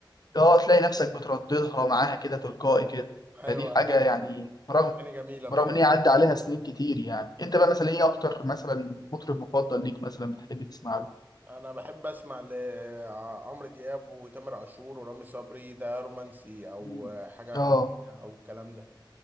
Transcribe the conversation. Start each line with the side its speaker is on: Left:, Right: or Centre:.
Left: اه تلاقي نفسك بترددها معاها كده تلقائي كده
Right: ايوه
Left: فدي حاجه
Right: اغاني
Left: يعني برغم
Right: اغاني جميله بصراحه
Left: برغم ان هي عدى عليها سنين كتير يعني انت بقى مثلا ايه اكتر مثلا مطرب مفضل ليك مثلا بتحب تسمع له
Right: انا بحب اسمع لعمرو دياب وتامر عاشور ورامي صبري ده رومانسي او
Left: مم.
Right: حاجه
Left: اه
Right: حزينه او الكلام ده